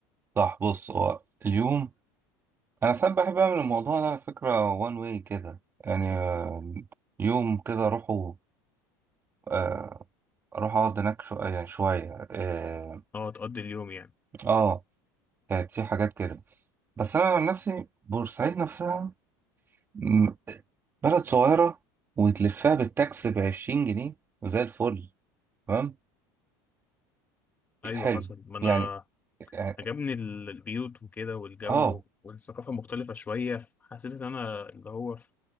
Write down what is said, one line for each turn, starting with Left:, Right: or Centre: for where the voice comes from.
Right: صح بص هو اليوم انا ساعات بحب اعمل الموضوع ده على فكره وان واي كده يعني آه، يوم كده اروحه آه، اروح اقعد هناك شو يعني شويه اه
Left: اه تقضي اليوم يعني
Right: آه، كانت في حاجات كده بس انا عن نفسي بورسعيد نفسها م- بلد صغيره وتلفها بالتاكس ب 20 جنيه وزي الفل تمام
Left: ايوه
Right: حلو
Left: حصل ما انا
Right: يعني يعني
Left: عجبني ال- البيوت وكده والجو
Right: اه
Left: والثقافة مختلفة شوية حسيت إن أنا اللي هو في